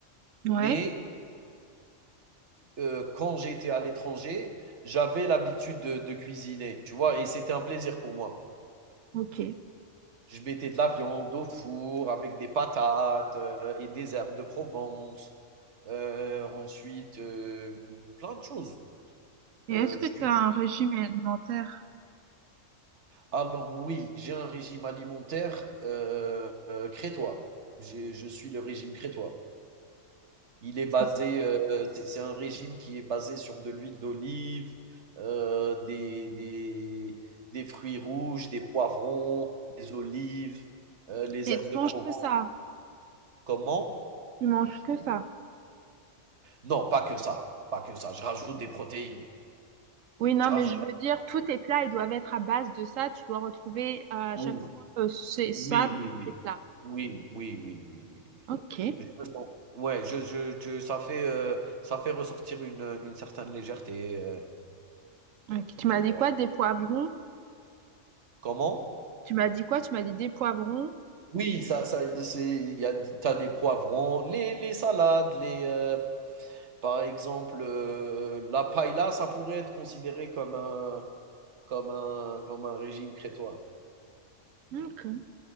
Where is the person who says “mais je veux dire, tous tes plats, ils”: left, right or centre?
Right